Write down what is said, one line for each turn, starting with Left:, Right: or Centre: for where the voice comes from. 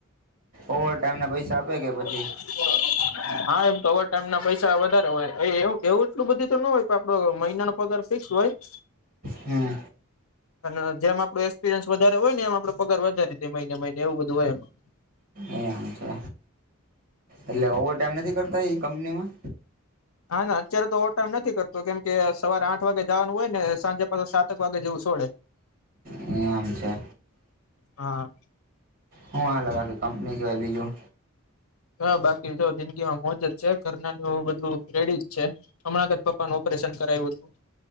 Right: ઓવર ટાઈમ ના પૈસા આપે કે પછી
Left: <inaudible> હા એમ તો ઓવર ટાઈમ ના પૈસા વધારે હોય એવ એવું એટલું બધું તો ના હોય કે આપડો મહિનાનો પગાર ફિક્સ હોય <inaudible>
Right: હમ.
Left: અને જેમ આપડો એક્પિરયસ વધારે હોય ને એમ આપડો પગાર વધારે દ મહિને મહિને એવું બધું હોય એમાં
Right: એ આવ છે. એટલે ઓવર ટાઈમ નથી કરતા એ કંપની માં
Left: હા, ના અત્યારે તો ઓ ટાઈમ નથી કરતો કેમ કે સવારે આઠ વાગે જવાનું હોય ને સાંજે પાછે સાતક વાગે જેવું છોડે.
Right: એમ છે.
Left: હા.
Right: હું હા લગવાખ કંપની સિવાય બીજું?
Left: હા, બાકી જો જિંદગીમાં મોજ જ છે કરનાની બધું રેડી જ છે. હમણાં તે પપ્પાનું ઓપરેશન કરાયું હતું-